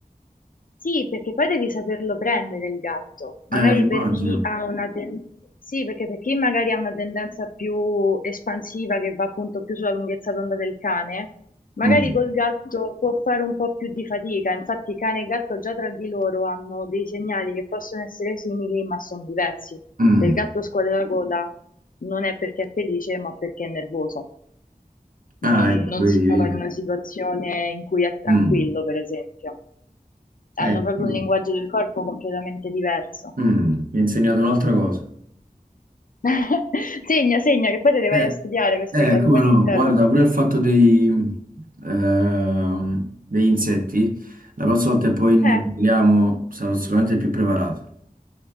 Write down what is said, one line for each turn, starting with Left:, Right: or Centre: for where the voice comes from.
Left: Sì, perché poi devi saperlo prendere il gatto. Magari
Right: Eh, immagino.
Left: per chi ha una ten- sì, perché per chi magari ha una tendenza più espansiva che va appunto più sulla lunghezza d'onda del cane, magari
Right: Mm,
Left: col gatto può fare un po' più di fatica. Infatti, cane e gatto già tra di loro hanno dei segnali che possono essere simili, ma sono diversi.
Right: mm.
Left: Se il gatto scuote la coda non è perché è felice, ma perché è nervoso.
Right: Ah,
Left: non
Right: ecco,
Left: non
Right: vedi,
Left: si trova
Right: vedi.
Left: in una situazione in cui è tranquillo,
Right: Mm.
Left: per esempio
Right: Eh,
Left: hanno proprio
Right: sì.
Left: un linguaggio del corpo completamente diverso.
Right: Mm, mi ha insegnato un'altra cosa.
Left: <laughs> Segna, segna, che poi te le
Right: Eh,
Left: vai a studiare queste
Right: eh,
Left: cose,
Right: come
Left: poi
Right: no?
Left: ti interrogo.
Right: Guarda, pure il fatto dei, ehm, degli insetti, la prossima volta che poi ne
Left: Eh,
Right: parliamo sarò sicuramente più preparato.